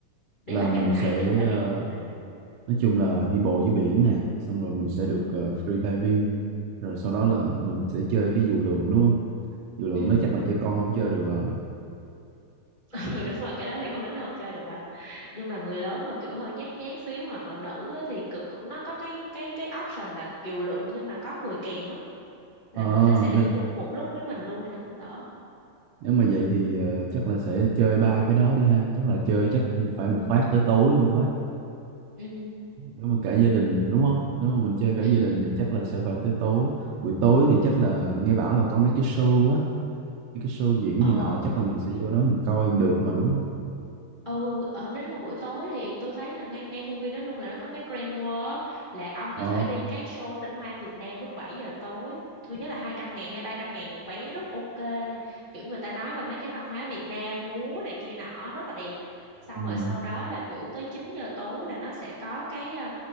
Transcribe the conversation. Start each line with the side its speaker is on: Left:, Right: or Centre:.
Left: đi
Right: là
Left: hết
Right: mình
Left: cả ngày
Right: sẽ
Left: cái đó phải
Right: ờ,
Left: đi hết một ngày
Right: nói chung là đi bộ dưới biển nè xong rồi mình sẽ
Left: ừ
Right: được ờ, free diving rồi sau đó là mình sẽ chơi cái dù lượn đúng không dù lượn
Left: ừ
Right: nó chắc là trẻ con không chơi được rồi
Left: <laughs> ừ đúng rồi cái đó thì con nít nó không chơi được đâu nhưng mà người lớn mà kiểu hơi nhát nhát xíu hoặc là nữ á, thì cực cũng nó có cái cái cái option là kiều lượng nhưng mà có người kèm á là
Right: ờ
Left: người ta sẽ
Right: nếu,
Left: đi chung một lúc với mình luôn thì nó cũng đỡ
Right: nếu mà vậy thì ờ, chắc là sẽ chơi ba cái đó đi ha chắc là chơi chắc
Left: ừ
Right: phải
Left: ừ
Right: một phát tới tối luôn quá
Left: ừ
Right: nếu mà cả gia đình đúng không nếu mà mình chơi cả
Left: ừ
Right: gia đình
Left: ừ.
Right: thì chắc là sẽ phải tới tối buổi tối thì chắc là nghe bảo là có mấy cái show á mấy cái show diễn
Left: ờ
Right: này nọ chắc là mình sẽ vô đó mình coi được mà đúng không
Left: ừ ở nếu mà buổi tối thì tôi thấy là ngay ngay khu viên đó luôn là nó có cái Grand World là ông có
Right: ờ
Left: thể đi cái show tinh hoa Việt Nam lúc bảy giờ tối tôi nhớ là 200 ngàn hay 300 ngàn một vé rất ok nha kiểu người ta nói về mấy cái văn hóa Việt Nam múa này kia nọ rất là đẹp xong
Right: ừ.
Left: rồi sau đó là kiểu tới 9 giờ tối là nó sẽ có cái ờ,